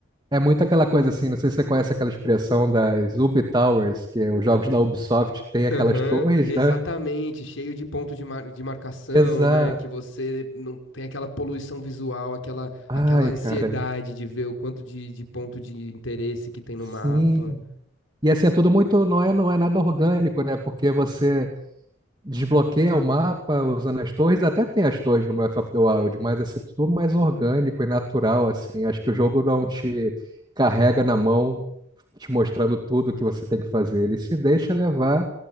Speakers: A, on the right (about 20°); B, on the left (about 80°).
A: é muito aquela coisa assim, não sei se você conhece aquela expressão das Ubi Towers, que os jogos da Ubisoft têm aquelas
B: Aham,
A: torres,
B: exatamente,
A: né?
B: cheio de ponto de, mar- de marcação,
A: Exato.
B: né, que você não tem aquela poluição visual, aquela,
A: Ai,
B: aquela ansiedade
A: cara.
B: de ver o quanto de, de ponto de interesse que tem no
A: Sim,
B: mapa.
A: E assim, é tudo muito, não é, não é nada orgânico, né? Porque você desbloqueia o mapa usando as torres, até tem as torres no Breath of the Wild, mas assim, é tudo mais orgânico e natural, assim. Acho que o jogo não te carrega na mão, te mostrando tudo que você tem que fazer. Ele se deixa levar